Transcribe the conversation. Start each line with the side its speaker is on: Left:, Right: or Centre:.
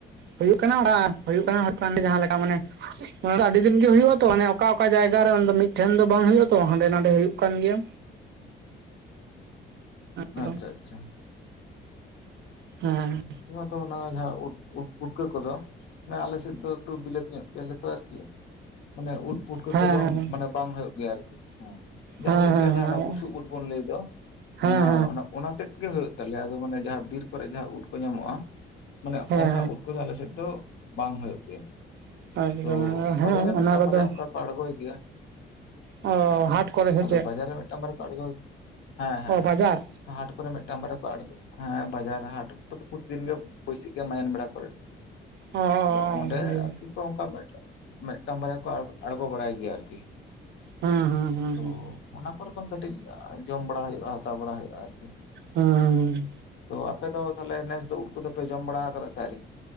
Right: ᱦᱩᱭᱩᱜ ᱠᱟᱱᱟ ᱚᱱᱟ ᱦᱩᱭᱩᱜ ᱠᱟᱱᱟ ᱦᱩᱭᱩᱜ ᱠᱟᱱᱟ ᱡᱟᱦᱟᱸ ᱞᱮᱠᱟ ᱢᱟᱱᱮ ᱚᱱᱟ ᱫᱚ ᱟᱹᱰᱤ ᱫᱤᱱ ᱜᱮ ᱦᱩᱭᱩᱜ ᱟᱛᱚ ᱢᱟᱱᱮ ᱚᱠᱟ ᱚᱠᱟ ᱡᱟᱭᱜᱟᱨᱮ ᱚᱱᱟ ᱫᱚ ᱢᱤᱫᱴᱷᱮᱱ ᱫᱚ ᱵᱟᱝ ᱦᱩᱭᱩᱜᱼᱟ ᱛᱚ ᱦᱟᱸᱰᱮ ᱱᱟᱰᱮ ᱦᱩᱭᱩᱜ ᱠᱟᱱ ᱜᱮᱭᱟ᱾ ᱮᱠᱫᱚᱢ
Left: <inaudible> ᱟᱪᱪᱷᱟ ᱟᱪᱪᱷᱟ᱾
Right: ᱦᱮᱸ᱾
Left: ᱚᱱᱟ ᱛᱚ ᱚᱱᱟ ᱡᱟᱦᱟᱸ ᱩᱫᱽ ᱯᱩᱴᱠᱟᱹ ᱠᱚᱫᱚ ᱢᱟᱱᱮ ᱟᱞᱮᱥᱮᱫ ᱫᱚ ᱮᱠᱴᱩ ᱵᱤᱞᱟᱹᱛ ᱧᱚᱸᱜ ᱜᱮᱭᱟᱞᱮ ᱛᱚ ᱟᱨᱠᱤ ᱢᱟᱱᱮ ᱩᱫᱽ ᱯᱩᱴᱠᱟᱹ
Right: ᱦᱮᱸ
Left: ᱠᱚᱫᱚ ᱢᱟᱱᱮ ᱵᱟᱝ ᱦᱩᱭᱩᱜ ᱜᱮᱭᱟ ᱟᱨᱠᱤ ᱦᱮᱸ᱾ ᱡᱟᱦᱟᱸ
Right: ᱦᱮᱸ
Left: ᱦᱩᱭᱩᱜ ᱜᱮᱭᱟ ᱡᱟᱦᱟᱸ
Right: ᱦᱮᱸ
Left: ᱚᱱᱟ ᱵᱩᱥᱩᱵ ᱩᱫᱽ ᱵᱚᱱ ᱞᱟᱹᱭ ᱫᱚ,
Right: ᱦᱮᱸ
Left: ᱚᱱᱟ ᱦᱟ ᱚᱱᱟ ᱚᱱᱟ ᱛᱮᱫ ᱜᱮ ᱦᱩᱭᱩᱜ ᱛᱟᱞᱮᱭᱟ ᱟᱫᱚ ᱢᱟᱱᱮ ᱡᱟᱦᱟᱸ ᱵᱤᱨ ᱠᱚᱨᱮ ᱡᱟᱦᱟᱸ ᱩᱫᱽ ᱠᱚ ᱧᱟᱢᱚᱜᱼᱟ ᱢᱟᱱᱮ
Right: ᱦᱮᱸ ᱦᱮᱸ
Left: ᱚᱱᱟ ᱩᱫᱽ ᱠᱚ ᱫᱚ ᱟᱞᱮ ᱥᱮᱫ ᱫᱚ ᱵᱟᱝ ᱦᱩᱭᱩᱜ ᱜᱮᱭᱟ᱾
Right: ᱦᱮᱸ ᱮᱠᱫᱚᱢ
Left: ᱛᱚ
Right: ᱦᱮᱸ
Left: ᱵᱟᱡᱟᱨ ᱨᱮ ᱢᱤᱫᱴᱟᱱ
Right: ᱚᱱᱟ ᱠᱚᱫᱚ
Left: ᱵᱟᱨᱭᱟ ᱚᱝᱠᱟ ᱠᱚ ᱟᱲᱜᱚᱭ ᱜᱮᱭᱟ᱾
Right: ᱚ
Left: ᱦᱮᱸ
Right: ᱦᱟᱴ ᱠᱚᱨᱮ ᱥᱮ
Left: ᱟᱫᱚ
Right: ᱪᱮᱫ
Left: ᱵᱟᱡᱟᱨ ᱨᱮ ᱢᱤᱫᱴᱟᱱ ᱵᱟᱨᱭᱟ ᱠᱚ ᱟᱲᱜᱚ ᱦᱮᱸ ᱦᱮᱸ
Right: ᱚ
Left: ᱦᱮᱸ᱾
Right: ᱵᱟᱡᱟᱨ
Left: ᱦᱟᱴ ᱠᱚᱨᱮ ᱢᱤᱫᱴᱟᱝ ᱵᱟᱨᱭᱟ ᱠᱚ ᱟᱲᱜᱟ ᱦᱮᱸ ᱵᱟᱡᱟᱨ ᱦᱟᱴ ᱯᱨᱚᱛᱤ ᱯᱨᱚᱛᱤᱫᱤᱱ ᱜᱮ ᱵᱟᱹᱭᱥ ᱜᱮ ᱢᱟᱡᱟᱱ ᱵᱮᱲᱟ ᱠᱚᱨᱮᱫ
Right: ᱚ ᱦᱮᱸ
Left: ᱟᱫᱚ ᱚᱸᱰᱮ ᱟᱨᱠᱤ ᱠᱚ ᱚᱱᱠᱟ ᱢᱮᱫᱴᱮᱡ ᱢᱤᱫᱴᱟᱝ ᱵᱟᱨᱭᱟ ᱠᱚ ᱟᱲᱜᱚ ᱵᱟᱲᱟᱭ ᱜᱮᱭᱟ ᱟᱨᱠᱤ᱾
Right: ᱦᱮᱸ ᱦᱩᱸ ᱦᱮᱸ
Left: ᱛᱚ
Right: ᱦᱮᱸ᱾
Left: ᱚᱱᱟ ᱠᱚᱨᱮ ᱠᱷᱚᱱ ᱠᱟᱹᱴᱤᱡ ᱡᱚᱢ ᱵᱟᱲᱟ ᱦᱩᱭᱩᱜᱼᱟ ᱦᱟᱛᱟᱣ ᱵᱟᱲᱟ ᱦᱩᱭᱩᱜᱼᱟ ᱟᱨᱠᱤ᱾
Right: ᱦᱮᱸ
Left: ᱛᱚ ᱟᱯᱮ ᱫᱚ ᱛᱟᱦᱚᱞᱮ ᱱᱮᱥ ᱫᱚ ᱩᱫᱽ ᱠᱚᱫᱚᱯᱮ ᱡᱚᱢ ᱵᱟᱲᱟ ᱠᱟᱫᱟ ᱥᱮ ᱟᱹᱣᱨᱤ?